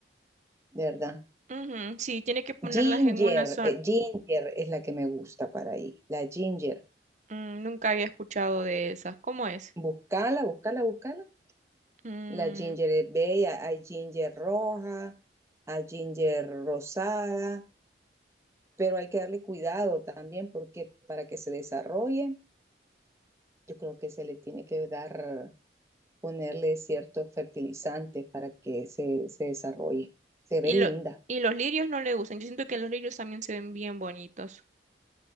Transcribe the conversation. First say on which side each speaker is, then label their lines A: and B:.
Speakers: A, on the right (about 15°); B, on the right (about 40°).
A: de ¿verdad?
B: Ujú, sí, tiene que ponerlas
A: Ginger,
B: en una zona.
A: eh, ginger es la que me gusta para ahí, la ginger.
B: Mm, nunca había escuchado de esas. ¿Cómo es?
A: Buscala, buscala, buscala.
B: Mm,
A: La ginger es bella, hay ginger roja, hay ginger rosada, pero hay que darle cuidado también porque para que se desarrolle. yo creo que se le tiene que dar, ponerle ciertos fertilizantes para que se, se desarrolle. Se
B: y,
A: ve linda.
B: lo- y los lirios no le gustan. Yo siento que los lirios también se ven bien bonitos.